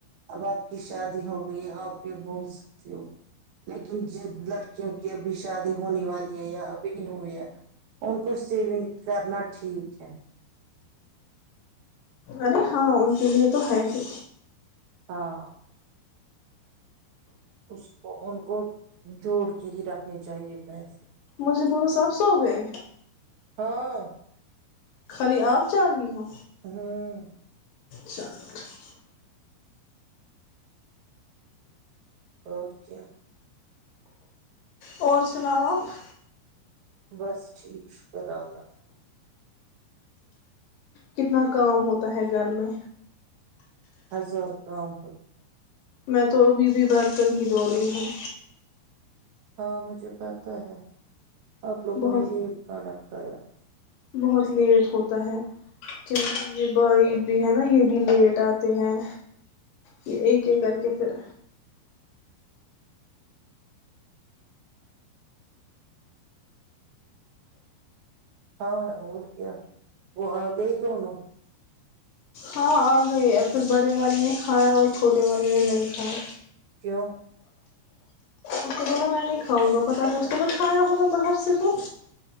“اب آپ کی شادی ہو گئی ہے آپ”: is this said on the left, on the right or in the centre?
Right